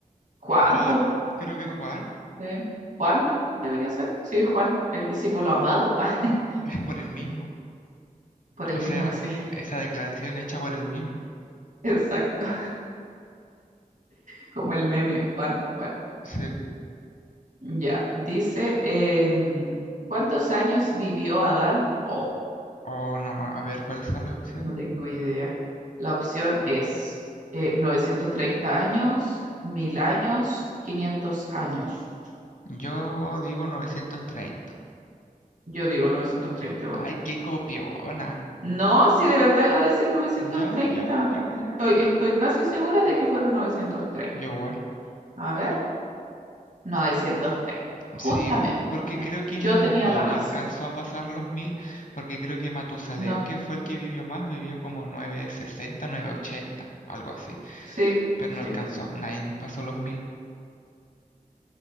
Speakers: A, on the right (about 65°); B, on the left (about 65°).
A: Juan,
B: Juan.
A: po,
B: Creo que Juan.
A: ¿eh? Juan de- debería ser. Sí, Juan, el discípulo amado. <laughs>
B: es por el mismo.
A: Por el
B: O sea,
A: mismo así. <laughs>
B: esa declaración hecha por el mismo.
A: Exacto. Como el meme, Juan, Juan.
B: Sí.
A: Ya, dice, em, ¿cuántos años vivió Adán? Oh,
B: O no, ma- a ver, ¿cuáles son las opciones?
A: no tengo idea. La opción es eh, 930 años, 1000 años, 500 años.
B: Yo digo 930.
A: Yo digo 930 igual.
B: Ay, qué copiona.
A: No, si de verdad iba a decir 930.
B: Ya, ya, ya, ya,
A: Estoy,
B: ya.
A: estoy casi segura de que fueron 930.
B: Yo igual.
A: A ver, 930. Justamente,
B: Sí, porque creo que
A: yo
B: ninguno
A: tenía la razón.
B: alcanzó a pasar los mil, porque creo que Matusalem,
A: No,
B: que fue el que vivió más, vivió como 960, ochenta, algo así.
A: sí,
B: Pero
A: sí.
B: no alcanzó, nadie pasó los mil.